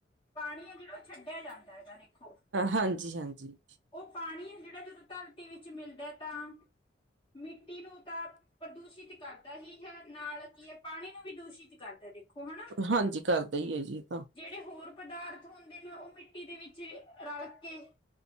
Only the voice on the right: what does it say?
ਹਾਂਜੀ-ਹਾਂਜੀ
ਹਾਂਜੀ ਕਰਦਾ ਹੀ ਹੈ ਜੀ ਇਹ ਤਾਂ